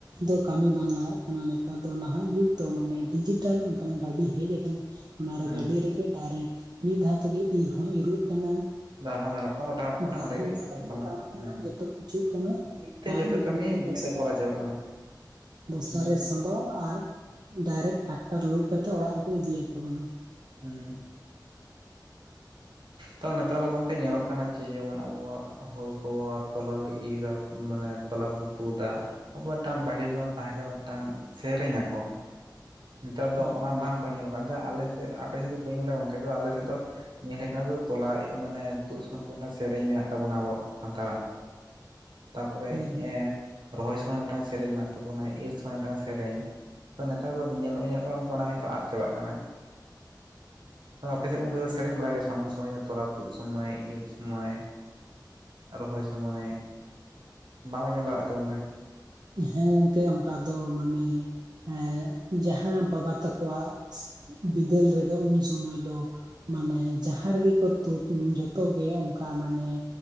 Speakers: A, on the right (about 60°); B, on the right (about 85°).
A: ᱫᱚ ᱠᱟᱹᱢᱤ ᱵᱟᱝ ᱞᱟᱜᱟ-ᱜ ᱠᱟᱱᱟ᱾ ᱱᱮᱛᱟᱨ ᱫᱚ ᱱᱟᱦᱟ-ᱜ ᱡᱩᱜᱽ ᱫᱚ᱾ ᱢᱟᱱᱮ ᱰᱤᱡᱤᱴᱟᱞ ᱚᱱᱠᱟᱱᱟ-ᱜ ᱜᱟᱹᱰᱤ ᱦᱮᱡ ᱟᱠᱟᱱᱟ᱾ ᱚᱱᱟᱨᱮ
B: ᱦᱮᱸ
A: ᱜᱟᱹᱰᱤ ᱨᱮᱜᱮ ᱰᱟᱭᱨᱮᱠᱴ ᱢᱤᱫ ᱫᱷᱟᱣ ᱛᱮᱜᱮ ᱤᱨ ᱦᱚᱸ ᱤᱨᱚᱜ ᱠᱟᱱᱟ᱾
B: ᱫᱟᱞ ᱦᱚᱸ ᱫᱟᱞᱚ-ᱜ ᱠᱟᱱᱟ᱾ ᱚᱴᱟᱝᱚᱜ ᱠᱟᱱᱟ
A: ᱫᱟᱞ
B: ᱚᱸᱰᱮᱜ
A: ᱦᱚᱸ
B: ᱜᱮ,
A: ᱫᱟᱞᱚᱵ
B: ᱡᱚᱛᱚᱣᱟᱜ
A: ᱚᱴᱟᱣᱚᱜ ᱠᱟᱱᱟ
B: ᱦᱮᱸ
A: ᱡᱚᱛᱚ ᱠᱟᱱᱟ
B: ᱢᱤᱫ ᱛᱮ ᱡᱚᱛᱚ
A: ᱟᱨ ᱢᱤᱫ
B: ᱠᱟᱹᱢᱤ
A: ᱫᱷᱟᱣ ᱵᱚᱥᱛᱟ᱾
B: ᱛᱮ ᱠᱚᱨᱟᱣ ᱪᱟᱵᱟᱜ ᱠᱟᱱᱟ
A: ᱵᱚᱥᱛᱟ
B: ᱦᱩᱸ
A: ᱨᱮ ᱥᱟᱵᱟᱣ ᱟᱨ ᱰᱟᱭᱨᱮᱠ ᱴᱨᱟᱠᱴᱟᱨ ᱞᱳᱰ ᱠᱟᱛᱮᱫ ᱚᱲᱟᱜ ᱨᱮᱠᱚ ᱤᱫᱤᱭᱟᱠᱚ ᱠᱟᱱᱟ᱾
B: ᱦᱮᱸ ᱛᱚ ᱱᱮᱛᱟᱨ ᱫᱚ ᱜᱚᱝᱠᱮ ᱧᱮᱞᱚᱜ ᱠᱟᱱᱟ᱾ ᱡᱮ ᱡᱮᱢᱚᱱ ᱟᱵᱚᱣᱟ-ᱜ ᱦᱚᱲᱳᱲ ᱠᱚ ᱛᱚᱞᱟ ᱠᱚ ᱤᱨᱟ ᱢᱟᱱᱮ ᱛᱚᱞᱟ ᱠᱚᱵᱚ ᱛᱩ ᱫᱟ ᱟᱵᱚ ᱢᱤᱫᱴᱟᱝ ᱵᱟᱹᱦᱤᱞ ᱡᱮᱢᱚᱱ ᱛᱟᱦᱮᱸ ᱠᱟᱱᱟ ᱾ᱢᱤᱫᱴᱟᱝ ᱥᱮᱨᱮᱧᱟ ᱠᱚ ᱱᱮᱛᱟᱨ ᱫᱚ
A: ᱦᱮᱸ
B: ᱚᱱᱟ ᱵᱟᱝ ᱵᱟᱠᱚ ᱧᱮᱞᱚᱜ ᱠᱟᱱ ᱟᱞᱮᱥᱮᱫ, ᱟᱯᱮᱥᱮᱫ ᱫᱚ ᱵᱟᱹᱧ ᱵᱟᱲᱟᱭ ᱜᱚᱝᱠᱮ ᱛᱚ ᱟᱞᱮᱥᱮᱫ ᱫᱚ ᱧᱮᱞ ᱦᱮᱡ ᱠᱟᱱᱟ᱾ ᱛᱚᱞᱟ ᱢᱟᱱᱮ ᱛᱩᱫ ᱥᱚᱢᱚᱭ ᱠᱚ ᱢᱤᱫ ᱥᱮᱨᱮᱧ ᱢᱮᱱᱟᱜ ᱛᱟᱵᱚᱱᱟ᱾ ᱟᱵᱚ ᱥᱟᱱᱛᱟᱲᱟ-ᱜ ᱛᱟᱨᱯᱚᱨᱮ,
A: ᱦᱮᱸ ᱦᱮᱸ
B: ᱮᱸ ᱨᱚᱦᱚᱭ ᱥᱚᱢᱚᱭ ᱢᱤᱫᱴᱟᱝ ᱥᱮᱨᱮᱧ ᱢᱮᱱᱟᱜ ᱛᱟᱵᱚᱱᱟ᱾ ᱤᱨ ᱥᱚᱢᱚᱭ ᱢᱤᱫᱴᱟᱝ ᱥᱮᱨᱮᱧ ᱛᱚ ᱱᱮᱛᱟᱨ ᱫᱚ ᱧᱮᱞᱚᱜ, ᱧᱮᱞᱚᱜ ᱠᱟᱱᱟ᱾ ᱚᱱᱟ ᱜᱮᱛᱚ ᱟᱫ ᱪᱟᱵᱟᱜ ᱠᱟᱱᱟ᱾ ᱟᱯᱮᱥᱮᱫ ᱩᱱᱛᱮ ᱫᱚ ᱥᱮᱨᱮᱧ ᱵᱟᱲᱟᱭ ᱜᱮᱭᱟ, ᱥᱮ ᱩᱱ ᱥᱚᱢᱚᱭ ᱫᱚ? ᱛᱚᱞᱟ ᱛᱩᱫ ᱥᱚᱢᱚᱭ, ᱤᱨ ᱥᱚᱢᱚᱭ ᱨᱚᱦᱚᱭ ᱥᱚᱢᱚᱭ᱾ ᱵᱟᱢ ᱟᱸᱡᱚᱢ ᱵᱟᱲᱟ-ᱜ ᱛᱚ ᱜᱚᱝᱠᱮ ᱾
A: ᱦᱮᱸ ᱜᱚᱝᱠᱮ ᱚᱱᱠᱟ ᱫᱚ ᱢᱟᱱᱮ ᱦᱮᱸ ᱡᱟᱦᱟᱸ ᱵᱟᱵᱟ ᱛᱟᱠᱚᱣᱟ-ᱜ ᱵᱤᱫᱟᱹᱞ ᱨᱮᱫᱚ ᱩᱱ ᱥᱚᱢᱚᱭ ᱫᱚ᱾ ᱢᱟᱱᱮ ᱡᱟᱦᱟᱸ ᱨᱮᱜᱮ ᱠᱚ ᱛᱩᱫ, ᱡᱚᱛᱚᱜᱮ ᱚᱱᱠᱟ ᱢᱟᱱᱮ